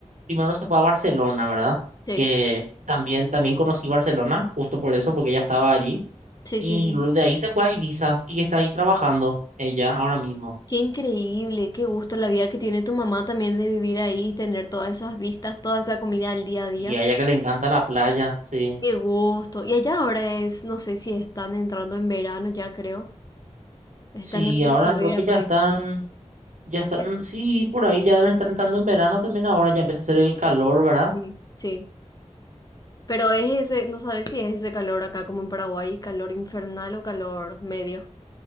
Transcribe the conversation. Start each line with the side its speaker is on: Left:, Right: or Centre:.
Right: primero se fue a Barcelona, ¿verdad?
Left: Sí.
Right: Que también, también conocí Barcelona, justo por eso, porque ella estaba allí.
Left: Sí,
Right: Y
Left: sí, sí.
Right: luego de ahí se fue a Ibiza y está ahí trabajando ella ahora mismo.
Left: Qué increíble, qué gusto la vida que tiene tu mamá también de vivir ahí y tener todas esas vistas, toda esa comida al día a día.
Right: Y a ella que le encanta la playa, sí.
Left: Qué gusto. Y allá ahora es, no sé si están entrando en verano ya creo. Están
Right: Sí,
Left: en primavera
Right: ahora creo que
Left: por
Right: ya
Left: ahí.
Right: están, ya están,
Left: Ya,
Right: sí, por ahí ya deben estar entrando en verano también ahora, ya empieza a hacer el calor, ¿verdad?
Left: Sí. Sí. Pero es ese, no sabes si es ese calor acá como en Paraguay, calor infernal o calor medio.